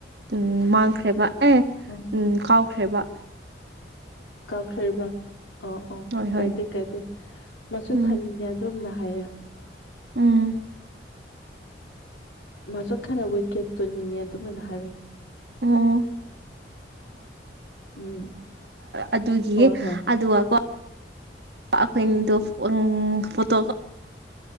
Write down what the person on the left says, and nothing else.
ꯑ
ꯀꯥꯎꯈ꯭ꯔꯕ꯭ꯔꯥ ꯑ ꯑ
ꯀꯥꯏꯗꯦ
ꯀꯥꯏꯗꯦ ꯃꯁꯨ
ꯊꯝꯅꯤꯡꯉꯦ ꯑꯗꯣꯝꯅ ꯥꯐꯩꯌꯦ
ꯃꯆꯠ ꯈꯔ ꯋꯤꯠꯀꯦꯟ ꯇꯣꯟꯅꯤꯡꯉꯦ ꯑꯗꯨꯃꯥꯏꯅ ꯍꯥꯏꯋ
ꯎꯝ
ꯍꯣꯏ ꯍꯣꯏ